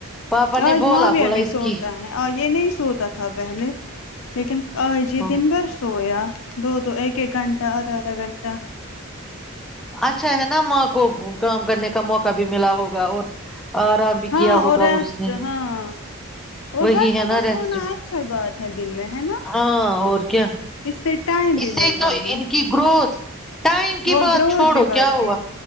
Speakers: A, in the centre; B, on the left.
A: پاپا نے
B: آج
A: بولا
B: م بھییاب
A: بولا اس
B: سوتا
A: کی
B: ہے اور یہ نہیں س ہوتا تھا پہلے لیکن ا جی
A: ہاں
B: دن بھر سوریا دو دو ایک ایک گھٹا آدھ آدا گھٹا کتا
A: اچھا ہے نا ماں کو کام کرنے کا موقع بھی ملا ہوگا اور آرام بھی
B: ہاں
A: کیا ہوگا
B: اور ریسٹ
A: اس نے
B: ہاں اور
A: وہی
B: بچوں
A: ہے نا
B: کو
A: ریسٹ
B: سونا اچا بات ہے دن میں ہے نا
A: ہاں اور کیا
B: اس سے ٹائم
A: اس
B: بھی ملتا
A: سے تو
B: ہے
A: ان کی گروتھ ٹائم کی
B: اور
A: بات
B: گروتھ
A: چھوڑو
B: بھی بڑھتے
A: کیا ہوا
B: ہیں